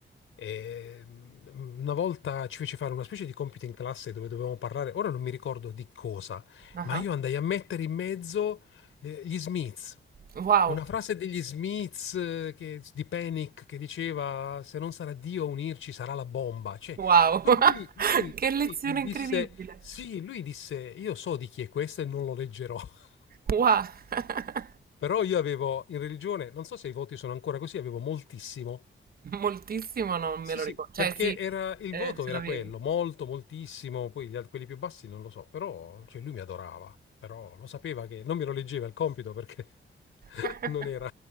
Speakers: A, on the left; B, on the right.
A: eh, una volta ci fece fare una specie di compito in classe dove dovevamo parlare, ora non mi ricordo di cosa,
B: Ah,
A: ma
B: ah.
A: io andai a mettere in mezzo eh, gli Smiths.
B: Wow,
A: Una frase degli Smiths eh, che- di Panic che diceva: Se non sarà Dio a unirci, sarà la bomba. Cioè,
B: wow,
A: quello- lui,
B: <laughs>
A: lui-
B: che lezione
A: lui disse:
B: incredibile.
A: Sì, lui disse: Io so di chi è questo e non lo leggerò. <laughs>
B: Wow. <laughs>
A: Però io avevo in religione, non so se i voti sono ancora così, avevo moltissimo.
B: Moltissimo non me
A: Sì,
B: lo
A: sì,
B: ricordo. Cioè,
A: perché
B: sì,
A: era, il
B: eh,
A: voto
B: ce
A: era
B: l'avevi.
A: quello, molto, moltissimo, poi gli al- quelli più bassi non lo so, però cioè, lui mi adorava, però lo sapeva che non me lo leggeva il compito perché <laughs>
B: <laughs>
A: non era,